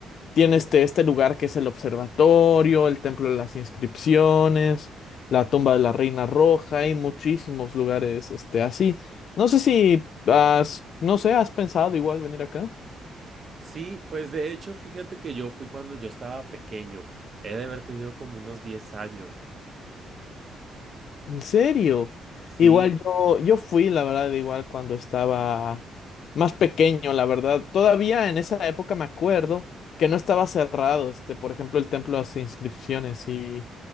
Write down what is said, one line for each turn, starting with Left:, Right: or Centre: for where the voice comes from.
Left: Tiene este, este lugar que es el observatorio, el templo de las inscripciones, la tumba de la Reina Roja, hay muchísimos lugares este, así. No sé si has, no sé, ¿has pensado igual venir acá?
Right: Sí, pues de hecho, fíjate que yo fui cuando yo estaba pequeño. He de haber tenido como unos diez años.
Left: ¿En serio?
Right: Sí,
Left: Igual yo, yo fui, la verdad, igual cuando estaba más pequeño, la verdad. Todavía en esa época me acuerdo que no estaba cerrado, este, por ejemplo, el templo de las inscripciones y